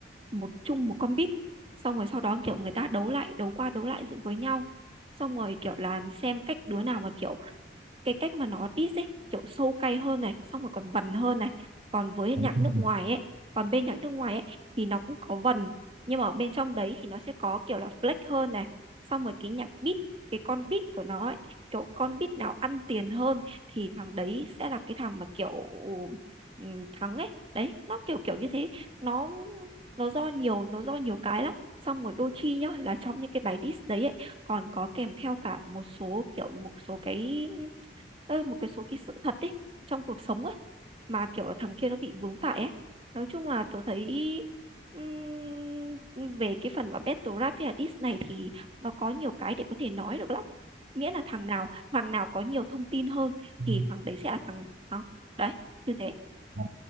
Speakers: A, on the right; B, on the right.
A: một chung một con beat xong rồi sau đó kiểu người ta đấu lại đấu qua đấu lại dựng với nhau xong rồi kiểu là xem cách đứa nào mà kiểu cái cách mà nó diss ấy kiểu sâu cay hơn này xong rồi còn vần hơn này còn với
B: <laughs>
A: nhạc nước ngoài ấy còn bên nhạc nước ngoài ấy thì nó cũng có vần nhưng mà ở bên trong đấy thì nó sẽ có kiểu là flex hơn này xong rồi cái nhạc beat cái con beat của nó ấy kiểu con beat nào ăn tiền hơn thì thằng đấy sẽ là cái thằng mà kiểu ừm, thắng ấy đấy nó kiểu kiểu như thế nó nó do nhiều nó do nhiều cái lắm xong rồi đôi khi nhá là trong những cái bài diss đấy ấy còn có kèm theo cả một số kiểu một số cái Ơ, một cái số cái sự thật ấy trong cuộc sống ấy mà kiểu thằng kia nó bị vướng phải ấy nói chung là tôi thấy ừm, về cái phần mà battle rap với là diss này thì nó có nhiều cái để có thể nói được lắm miễn là thằng nào thằng nào có nhiều thông tin hơn
B: Ừ.
A: thì thằng đấy sẽ là thằng thắng đấy như thế
B: À,